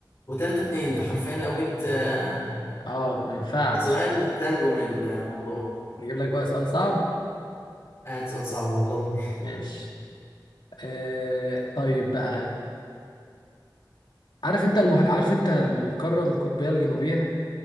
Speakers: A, on the left (about 40°); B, on the left (about 70°).
A: وتلاتة اتنين انت حرفيا لو جبت آه،
B: اه ما ينفعش
A: سؤال هتنجو من الموضوع
B: نجيب لك بقى سؤال صعب
A: قاعد سؤال صعب غلطني
B: ماشي آه طيب بقى عارف انت المح... عارف انت القارة القطبية الجنوبية